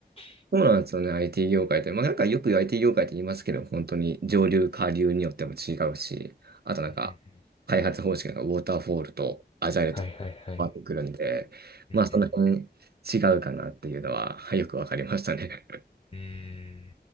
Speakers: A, on the left; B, on the right.
A: <laughs>
B: そうなんですよね、
A: うん
B: IT 業界って。まあ、なんかよく IT 業界って言いますけど、本当に上流、下流によっても違うし、あとなんか、
A: うんうんうん
B: 開発方式がウォーターフォールとアジャイルと変わってくるんで、
A: はいはいはい。うんうん
B: まあ、その辺違うかなっていうのは、はいよくわかりましたね。
A: うんうーん